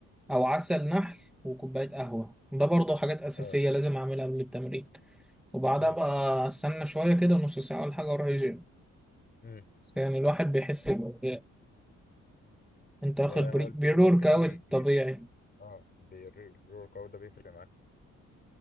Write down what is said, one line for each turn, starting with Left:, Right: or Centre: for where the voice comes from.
Centre: أو عسل نحل وكوباية قهوة ده برضو حاجات أساسية
Left: اه
Centre: لازم أعملها قبل التمرين وبعدها
Left: مم.
Centre: بقى استنى شوية كده نص ساعة ولا حاجة واروح الجيم
Left: مم.
Centre: بس يعني الواحد بيحس طب ب- انت واخد
Left: آه،
Centre: بري-
Left: هو البري
Centre: بريورك
Left: ورك ده
Centre: اوت
Left: بي... بيف...
Centre: طبيعي
Left: اه بي... البري ورك اوت ده بيفرق معاك